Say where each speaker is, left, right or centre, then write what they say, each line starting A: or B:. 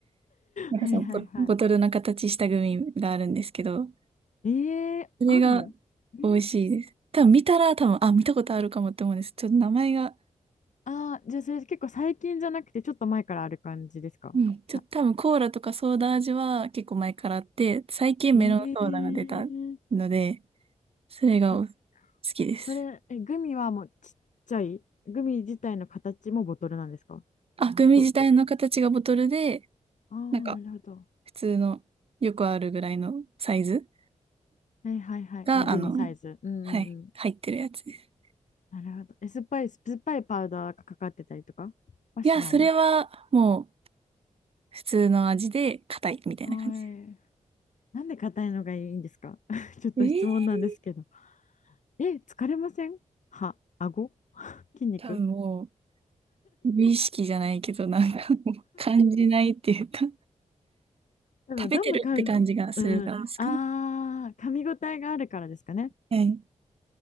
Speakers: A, on the right; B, on the left.
A: なんかそのボ、
B: はいはいは
A: ボトルの形したグミがあるんですけど、
B: い。えー、
A: それが
B: あるありますっけ
A: 美味しいです。多分見たら多分、あ、見たことあるかもって思うんです。ちょっと名前が
B: ああー、じゃあそれ結構最近じゃなくてちょっと前からある感じですかさ、
A: うん。ちょっと多分コーラとかソーダ味は結構前からあって、最近メロンソーダが出たので、
B: えー、
A: それがお好
B: あ
A: きです。
B: それ、え、グミはもうちっちゃいグミ自体の形もボトルなんですか
A: あ、グミ自体の形がボトルで、
B: と、と。ああ、
A: なんか
B: なるほど。
A: 普通のよくあるぐらいのサイズ
B: はいはいはい。
A: が、
B: まあ、グミサイズ。
A: あの、
B: うんうんうん。
A: はい、入ってるやつです。
B: なるほど。え、酸っぱい、酸っぱいパウダーがかかってたりとかはしない
A: いや、それはもう普通の味で硬いみたいな感じ。
B: はいなんで硬いのがいいんですか <laughs> ちょっと質問なんですけど。
A: ええ
B: え、疲れません歯、顎、筋肉
A: 多分もう、無意識じゃないけど、なんかもう感じないっていうか、
B: 多分ガムかん、
A: 食べてるって感じがするからですかね。
B: うん、あー、噛み応えがあるからですかね。
A: はい